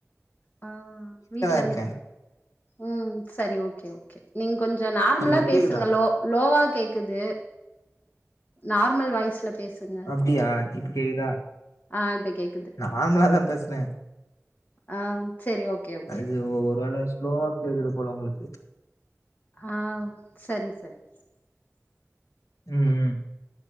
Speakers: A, on the left; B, on the left.
A: ஆ வீட்லந்து
B: இருக்கே
A: ம் சரி ஓகே ஓகே நீங் கொஞ்சொ நார்மலா
B: ஹலோ கேக்குதா
A: பேசுங்க லோ லோவா கேக்குது நார்மல் வாய்ஸ்ல பேசுங்க
B: அப்டியா இப்ப கேக்குதா
A: ஆ இப்ப கேக்குது
B: நார்மலா தா பேசுற
A: ஆ செரி ஓகே ஓகே
B: அது ஒ ஒரு வேல ஸ்லோவா கேக்குது போல உங்களுக்கு
A: ஆ சரி சரி
B: ம் ம்